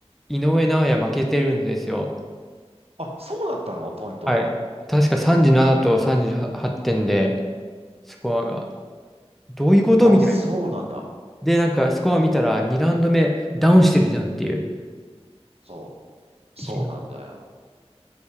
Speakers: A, in the centre; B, on the right (about 65°).
A: 井上尚弥負けてるんですよ。
B: あ、そうだったのポイント。
A: はい。確か37と38点で、スコアが。どういうことみたいな。
B: あ、そうなんだ。
A: で、なんかスコア見たら2ラウンド目ダウンしてるじゃんっていう。
B: そう。そうなんだよ。
A: いや、